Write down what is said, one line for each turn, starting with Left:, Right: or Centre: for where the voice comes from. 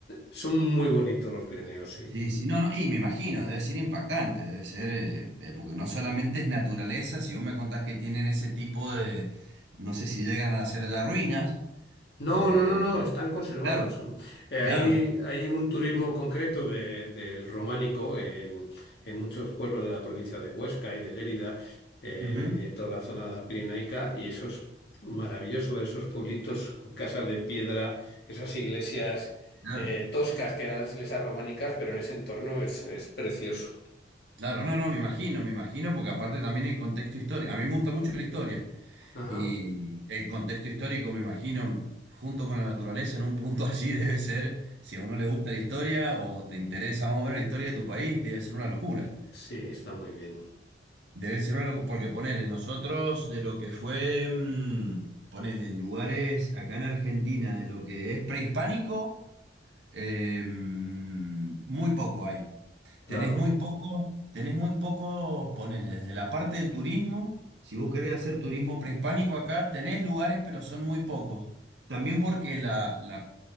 Left: son muy bonitos los Pirineos, sí.
Right: Sí, sí, no, no, y me imagino, debe ser impactante, debe ser, eh, eh, porque no solamente es naturaleza, si vos me contás que tienen ese tipo de, no sé si llegan a hacer ya ruinas,
Left: No,
Right: eh,
Left: no, no, no, están conservados.
Right: claro,
Left: Eh,
Right: claro,
Left: hay, hay un turismo concreto de- del románico en, en muchos pueblos de la provincia de Huesca y de Lérida, eh,
Right: ujú,
Left: en toda la zona pirenaica, y eso es maravilloso, esos pueblitos con casas de piedra, esas iglesias
Right: claro,
Left: eh, toscas que eran las iglesias románicas, pero en ese entorno es, es precioso.
Right: claro, no, no, me imagino, me imagino, porque aparte también el contexto histórico, a mí me gusta mucho la historia,
Left: Ajá,
Right: y el contexto histórico, me imagino, junto con la naturaleza, en un punto <laughs> así debe ser, si a uno le gusta la historia o te interesa más o menos la historia de tu país, debe ser una locura.
Left: sí, está muy bien.
Right: Debe ser algo, porque ponele, nosotros de lo que fue, mm, ponele, en lugares acá en Argentina, de lo que es prehispánico, eh, mm, muy poco hay. Tenés
Left: Claro,
Right: muy poco, tenés muy poco, ponele, desde la parte del turismo, si vos querés hacer turismo prehispánico acá, tenés lugares, pero son muy pocos. También porque la, la,